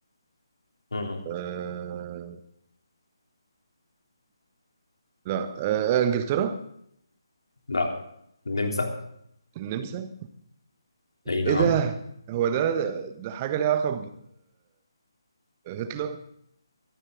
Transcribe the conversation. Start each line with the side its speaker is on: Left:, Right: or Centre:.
Left: مم.
Right: آه لا آه آه، إنجلترا
Left: لا النمسا
Right: النمسا
Left: اي نعم
Right: إيه ده؟ هو ده ده حاجة ليها علاقة بهتلر